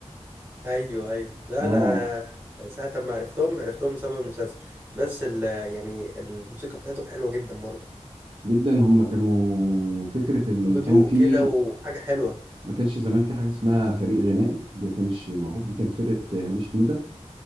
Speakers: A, on the right; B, on the right.
A: ايوه ايوه لا
B: آه
A: انا ساعه ما عرفتهم عرفتهم بسبب المسلسل بس ال يعني الموسيقى بتاعتهم حلوه جدا برضه
B: جدا هم كانوا فكرة إن
A: هدوء
B: كان في
A: كده وحاجه حلوه
B: ما كانش زمان في حاجة اسمها فريق غنائي دي ما كانش معروف دي كانت فرقة هامش نوده